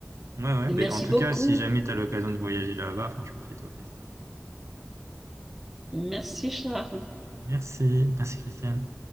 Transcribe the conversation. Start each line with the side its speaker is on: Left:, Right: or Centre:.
Right: ouais, ouais,
Centre: Et
Right: bah,
Centre: merci
Right: en tout
Centre: beaucoup.
Right: cas, si jamais tu as l'occasion de voyager là-bas, franchement, fais-toi plaisir.
Centre: Merci Charles.
Right: Merci, merci Christiane.